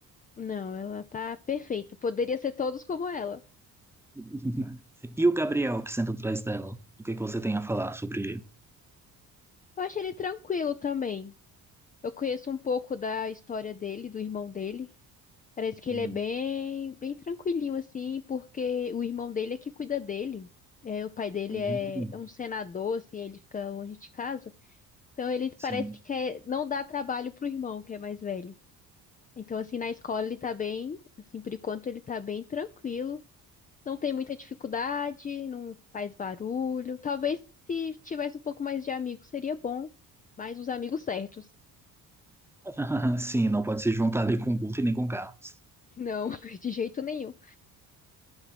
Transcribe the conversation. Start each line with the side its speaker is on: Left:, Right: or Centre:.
Left: Não, ela tá perfeita. Poderia ser todos como ela.
Centre: <laughs> E o Gabriel, que senta atrás dela? O que que você tem a falar sobre ele?
Left: Eu acho ele tranquilo também. Eu conheço um pouco da história dele, do irmão dele. Parece que
Centre: Hum,
Left: ele é bem, bem tranquilinho, assim, porque o irmão dele é que cuida dele. É, o pai dele
Centre: hum,
Left: é, é um senador, assim, ele fica longe de casa. Então ele
Centre: Sim.
Left: parece que quer não dar trabalho pro irmão, que é mais velho. Então, assim, na escola ele tá bem, assim, por enquanto ele tá bem tranquilo. Não tem muita dificuldade, não faz barulho. Talvez se tivesse um pouco mais de amigos seria bom, mas os amigos certos.
Centre: <laughs> Sim, não pode se juntar ali com o Guto e nem com o Carlos.
Left: <laughs> Não, de jeito nenhum.